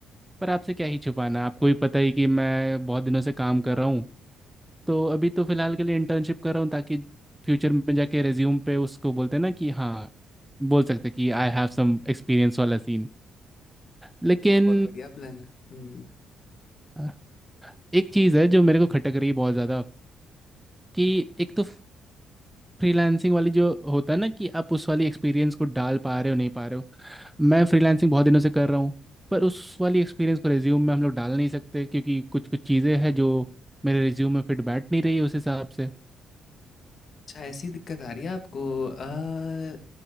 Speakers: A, in the centre; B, on the left.
A: पर आपसे क्या ही छुपाना आपको भी पता ही कि मैं बहुत दिनों से काम कर रहा हूँ तो अभी तो फिलहाल के लिए इंटर्नशिप कर रहा हूँ ताकि फ्यूचर में जाके रेज्यूम पे उसको बोलते हैं ना कि हाँ बोल सकते हैं कि आई हैव सम एक्सपीरियंस वाला सीन लेकिन
B: बहुत बढ़िया प्लान है हम्म।
A: अ, एक चीज़ है जो मेरे को खटक रही है बहुत ज़्यादा कि एक तो फ्रीलांसिंग वाली जो होता है ना कि आप उस वाली एक्सपीरियंस को डाल पा रहे हो नहीं पा रहे हो मैं फ्रीलांसिंग बहुत दिनों से कर रहा हूँ पर उस वाली एक्सपीरियंस को रेज्यूम में हम लोग डाल नहीं सकते क्योंकि कुछ कुछ चीज़ें हैं जो मेरे रेज्यूम में फिट बैठ नहीं रही उस हिसाब से
B: अच्छा ऐसी दिक्कत आ रही है आपको अ,